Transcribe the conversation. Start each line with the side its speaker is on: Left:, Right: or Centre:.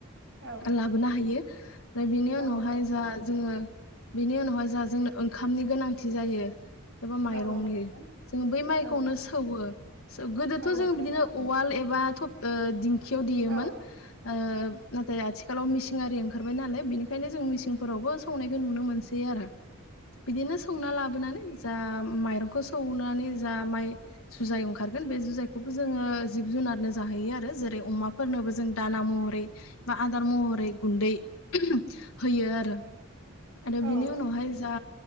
Right: औ
Left: लाबोनो हायो। ओमफ्राय बेनि
Right: औ
Left: उनावहाय
Right: नंगौ नोंथां
Left: जा जोङो बेनि उनावहाय जा जों ओंखामनि गोनांथि जायो एबा माइरंनि
Right: औ नंगौ नोंथां
Left: जोङो बै माइखौनो
Right: औ
Left: सौवो। स गोदोथ
Right: औ नंगौ
Left: जों बिदिनो
Right: नोंथां
Left: उवाल एबा थब एबा दिंखियाव देयोमोन।
Right: औ
Left: ओ आथिखालाव मिसिं आरि ओंखारबाय नालाय बेनिखायनो जों मिसिंफोरावबो संनायखौ नुनो मोनसै आरो। बिदिनो सौना लाबोनानै जा माइरंखौ सौनानै जा माइ सुजाय ओंखार बे जुजायखौबो जोङो जिब जुनारनो जाहैयो आरो जेरै अमाफोरनोबो जों दाना महरै बा आदार महरै गुन्दै होयो आरो। आरो
Right: औ
Left: बिनि उनावहाय जा